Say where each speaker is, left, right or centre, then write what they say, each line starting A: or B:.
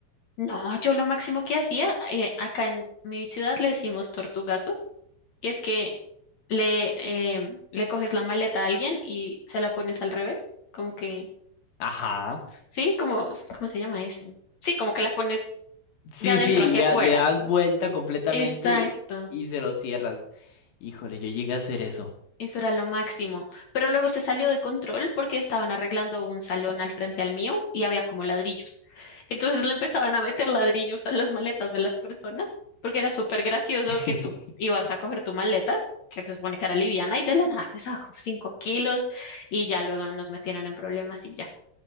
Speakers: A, on the left; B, on the left.
A: No, yo lo máximo que hacía, eh, acá en mi ciudad le decimos tortugazo, y es que le, eh, le coges la maleta a alguien y se la pones al revés, como que
B: Ajá.
A: Sí, como, ¿cómo se llama eso? Sí, como que la pones
B: Sí,
A: de adentro
B: sí, le,
A: hacia afuera.
B: ha- le das vuelta completamente
A: Exacto,
B: y se lo cierras. Híjole, yo llegué a hacer eso.
A: eso era lo máximo. Pero luego se salió de control porque estaban arreglando un salón al frente al mío y había como ladrillos. Entonces le empezaban a meter ladrillos a las maletas de las personas porque era súper gracioso
B: <laughs>
A: que tú ibas a coger tu maleta, que se supone que era liviana, y de la nada pesaba como 5 kilos y ya luego nos metieron en problemas y ya.